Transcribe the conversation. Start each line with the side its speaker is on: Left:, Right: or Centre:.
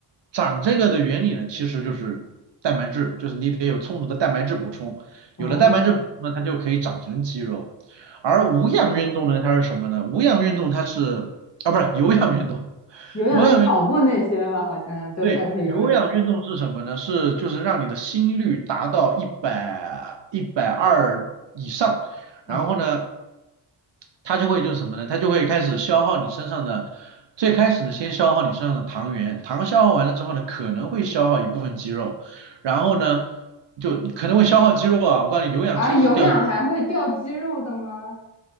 Right: 长这个的原理呢，其实就是蛋白质，就是你得有充足的蛋白质补充，
Left: 哦，
Right: 有了蛋白质补充呢，它就可以长成肌肉。而无氧运动呢，
Left: 嗯，
Right: 它是什么呢？无氧运动它是啊，不是有氧运动，
Left: 有氧是跑步那些吧？
Right: 有氧运动
Left: 好像就算是有氧。
Right: 对，有氧运动是什么呢？是就是让你的心率达到一百一百二以上，
Left: 哦
Right: 然后呢。它就会就是什么呢？它就会开始消耗你身上的，最开始呢，先消耗你身上的糖原，糖消耗完了之后呢，可能会消耗一部分肌肉，然后呢，就可能会消耗肌肉啊。我告诉你，有氧其实是掉肌肉，
Left: 啊，有氧还会掉肌肉的吗？